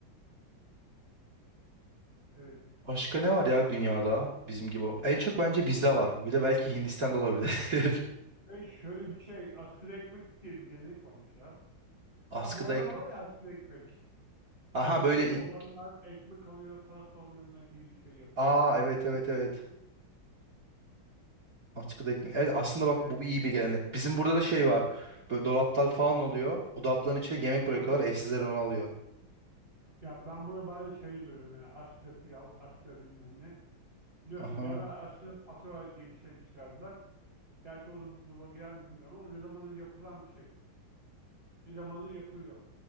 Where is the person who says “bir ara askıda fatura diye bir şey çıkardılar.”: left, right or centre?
Right